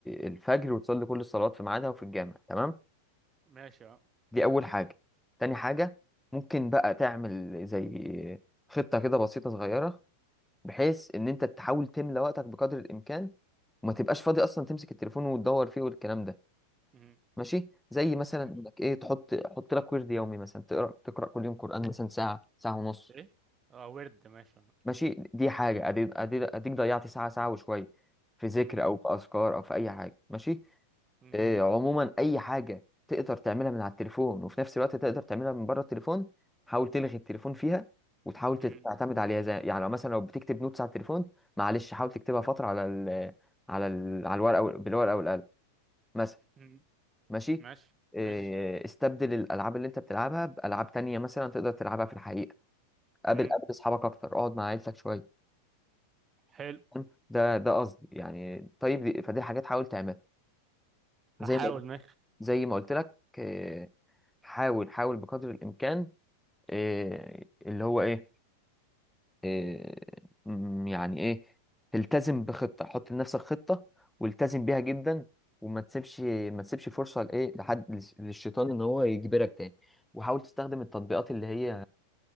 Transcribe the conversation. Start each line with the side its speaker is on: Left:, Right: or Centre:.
Centre: الفجر وتصلي كل الصلوات في ميعادها وفي الجامع تمام
Right: ماشي اه
Centre: دي أول حاجة تاني حاجة ممكن بقى تعمل زي خطة كده بسيطة صغيرة بحيث إن أنت تحاول تملى وقتك بقدر الإمكان وما تبقاش فاضي أصلا تمسك التليفون وتدور فيه والكلام ده
Right: مم.
Centre: ماشي زي مثلا
Right: ماشي
Centre: إنك إيه تحط حط لك ورد يومي مثلا تقرأ تقرأ كل يوم قرآن مثلا ساعة ساعة ونص
Right: ايه اه ورد ماشي اه.
Centre: ماشي دي حاجة أديك أديك أديك ضيعت ساعة ساعة وشوية في ذكر
Right: مم.
Centre: أو في أذكار أو في أي حاجة ماشي
Right: مم.
Centre: إيه عموما اي حاجه تقدر تعملها من على التليفون وفي نفس الوقت تقدر تعملها من بره التليفون حاول تلغي التليفون فيها وتحاول
Right: مم.
Centre: تت- تعتمد عليها زي يعني لو مثلا لو بتكتب نوتس على التليفون معلش حاول تكتبها فتره على ال على ال على الورقه وال- بالورقه والقلم مثلا
Right: مم.
Centre: ماشي
Right: ماشي
Centre: إيه
Right: ماشي
Centre: استبدل الالعاب اللي انت بتلعبها بالعاب تانية مثلا تقدر تلعبها في الحقيقه قابل
Right: مم.
Centre: قابل اصحابك اكتر اقعد مع عيلتك شويه
Right: حلو
Centre: تمام؟ ده ده قصدي يعني طيب دي- فدي حاجات حاول تعملها زي
Right: هحاول
Centre: ما
Right: ماشي
Centre: زي ما قلت لك إيه، حاول حاول بقدر الامكان إيه اللي هو ايه, إيه م- يعني ايه تلتزم بخطه حط لنفسك خطه والتزم بيها جدا وما تسيبش ما تسيبش فرصه لايه لحد للش- للشيطان ان هو يجبرك تاني وحاول تستخدم التطبيقات اللي هي